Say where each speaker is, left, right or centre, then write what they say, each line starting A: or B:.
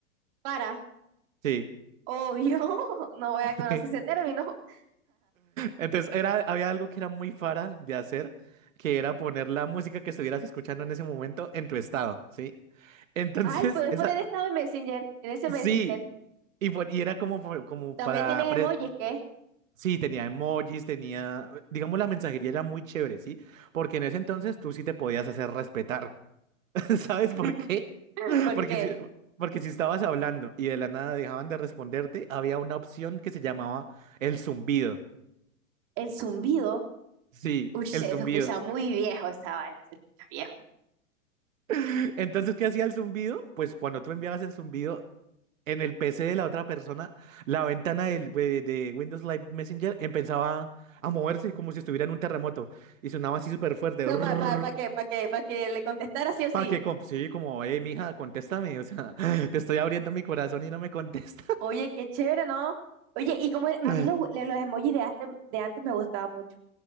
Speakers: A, on the right; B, on the right.
A: Para,
B: Sí.
A: obvio, <laughs> no voy a
B: <laughs>
A: conocer ese término. <laughs>
B: Entonces, era, había algo que era muy fara de hacer, que era poner la música que estuvieras escuchando en ese momento en tu estado, ¿sí? Entonces,
A: Ay, puedes
B: <laughs> esa,
A: poner estado en Messenger, en ese Messenger.
B: sí, y, por- y era como, por- como
A: También
B: para,
A: tienen emojis, ¿qué?
B: Sí, tenía emojis, tenía, digamos, la mensajería era muy chévere, ¿sí? Porque en ese entonces tú sí te podías hacer respetar. <laughs> ¿Sabes por
A: <laughs>
B: qué? <laughs>
A: ¿Por
B: Porque
A: qué?
B: si, porque si estabas hablando y de la nada dejaban de responderte, había una opción que se llamaba el zumbido.
A: el zumbido,
B: Sí,
A: uy, se
B: el zumbido.
A: escucha muy viejo esa vaina, se escucha viejo.
B: <laughs> Entonces, ¿qué hacía el zumbido? Pues cuando tú enviabas el zumbido en el PC de la otra persona, la ventana del- de, de Windows Live Messenger empezaba a moverse como si estuviera en un terremoto y sonaba así súper fuerte.
A: ¿para pa, pa pa qué?
B: <laughs>
A: ¿Para qué? ¿Para que le contestara sí o sí?
B: Pa' que, com- sí, como, eh, mija, contéstame, o sea, <laughs> te estoy abriendo mi corazón y no me contesta.
A: Oye, qué chévere, ¿no? Oye, y como el-
B: <laughs>
A: a mí los, los emojis de antes, de antes me gustaban mucho.